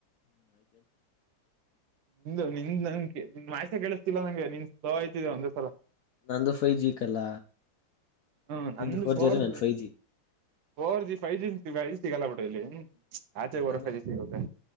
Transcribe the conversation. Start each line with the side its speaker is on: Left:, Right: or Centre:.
Left: <unintelligible>
Right: ನಿಂದು ನಿಂದ್ ನನ್ಗೆ ನಿನ್ ವಾಯ್ಸೆ ಕೆೇಳಿಸ್ತಿಲ್ಲ ನಂಗೆ ನಿನ್ ಸ್ಲೋ ಆಯ್ತಿದೆ ಒಂದ್ಸಲ.
Left: ನಂದು ಫೈವ್ ಜಿ ಕಲ್ಲ
Right: ಹಾ
Left: ನಿಂದು
Right: ನಂದು ಫೋರ್
Left: ಆದ್ರೆ ನನ್
Right: G
Left: five
Right: four G five G ಸಿಗಲ್ಲ ಬಿಡು ಇಲ್ಲಿ ಆಚೆ ಹೋದ್ರೆ
Left: ನನ್
Right: ಫೋರ್ ಜಿ ಸಿಗುತ್ತೆ